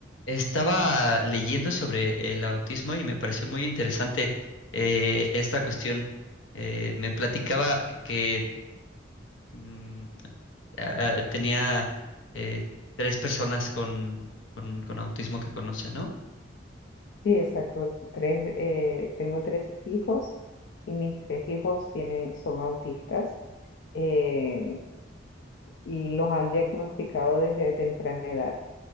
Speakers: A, on the left; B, on the left.
A: Estaba leyendo sobre el autismo y me pareció muy interesante eh, esta cuestión. Eh, me platicaba que mm, a- a- tenía eh, tres personas con, con, con autismo que conoce, ¿no?
B: Sí, exacto. Tres, eh, tengo tres hijos y mis tres hijos tienen, son autistas eh, y los han diagnosticado desde temprana edad.